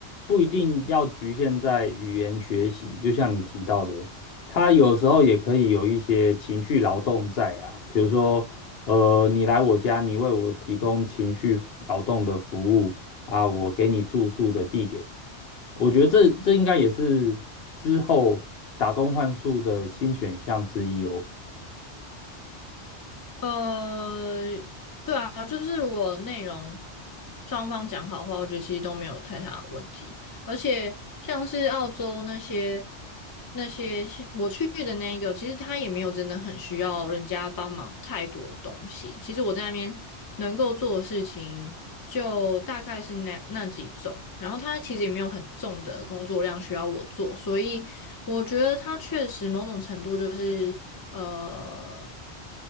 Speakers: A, on the left (about 65°); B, on the left (about 25°).
A: 不一定要局限在语言学习，就像你提到的，它有时候也可以有一些情绪劳动在啊，比如说，呃，你来我家，你为我提供情绪劳动的服务啊，我给你住宿的地点，我觉得这这应该也是之后打工换宿的新选项之一哦。
B: 呃，对啊，就是如果内容双方讲好的话，我觉得其实都没有太大的问题。而且像是澳洲那些那些我去的那个，其实他也没有真的很需要人家帮忙太多东西。其实我在那边能够做的事情就大概是那那几种，然后他其实也没有很重的工作量需要我做，所以我觉得他确实某种程度就是呃。